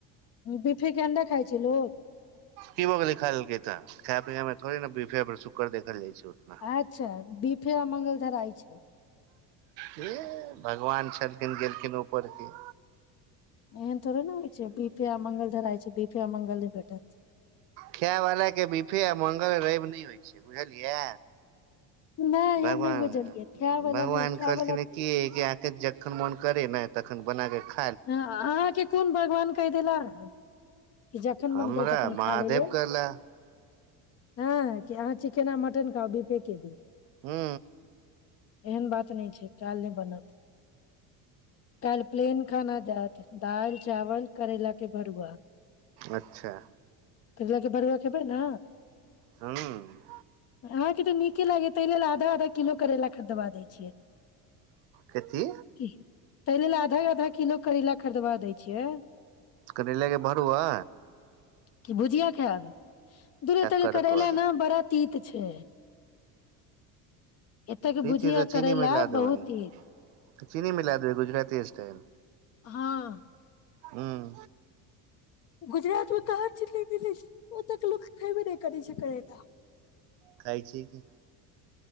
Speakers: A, on the left; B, on the right.
A: बिफी के अंडा खा छै लोकोग
B: की हो गेलै खाकै तऽ खाय पिय मे थड़े ने सुड़ देखल जाइ छै उतना
A: अच्छा दीप फेर मंगल धराइ छै
B: ह भगवान छलखिन गेलखिन ऊपर क
A: एहन थोड़े ने होइ छै बीफेा मंगल धराय छै बीफे मंगल नहि भेटत
B: खाय वलााक के बिफे आ मंगल रवि नहि होइ छै बुझलियै
A: नहि
B: भगवान
A: हम नहि बुझलियै खाय वाला
B: भगवान
A: नहि खाय
B: कहलखिन
A: वाला
B: कि आके जखन मन करे ने तखन बना कऽा
A: ह अहाँके कोन भगवान कहि देला हन कि जखन
B: हमरा
A: मन करै तखन
B: महादेव
A: खा लेल लेल
B: कहला
A: हँ चिकेन आ मटन खाउ बीफे के जी
B: हू
A: एहन बात नहि छै काल नहि बनत कल प्लेन जात द चावल करैला के भरुआ
B: अच्छा
A: करेला के भरुआ खेबै ने
B: हूँ
A: अहाँके तऽ नीके लागे ताहि लेल आधा आधा किलो करेला खरीदबा दै छियै
B: कथी
A: कि तै लेल आधा आधा करेला खरीदबा दै छियै
B: करेलाक भरूवा
A: कि भुजिया खैब दुरे तक
B: कड़क
A: करैला
B: वाला
A: न बड़ा तीत छै एतेक के
B: पीछे
A: भुजिया
B: तऽ चीनी
A: करैला
B: मिला देबै
A: बहुत हैत
B: चीनी मिलाय देबै गुजराती स्टाइल
A: हँ
B: ह्म
A: गुजरात मे कहाँ चिनी मिली ओतक लोक खयबे नहि करै छै करैला
B: खाय छै की